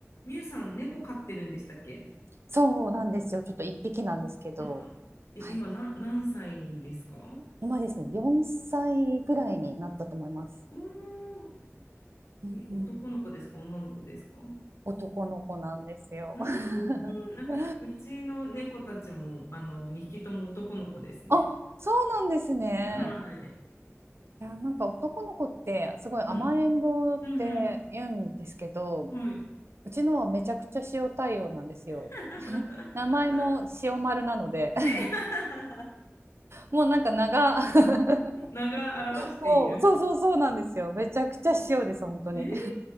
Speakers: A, on the left; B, on the right.
A: みゆさん、猫飼ってるんでしたっけ
B: そうなんですよ。ちょっと一匹なんですけど、
A: あ、え、
B: はい。
A: 今な、何歳ですか
B: 今ですね、4歳ぐらいになったと思います。
A: おー、
B: うんうん。
A: え男の子ですか女の子ですか
B: 男の子なんですよ。
A: うーん、
B: <laughs>
A: うちの猫たちも、あの、2匹とも男の子ですね。
B: あ、そうなんですね。
A: はい。
B: いや、なんか男の子ってすごい甘えん坊って言うんですけど、
A: うん、うん、うん、はい。
B: うちのはめちゃくちゃ塩対応なんですよ。
A: <laughs>
B: <laughs> 名前も塩丸なので、<laughs>
A: え
B: もうなんか長 <laughs>
A: 名が表している。
B: もうそうそうそうなんですよ。めちゃくちゃ塩です、本当に。
A: えー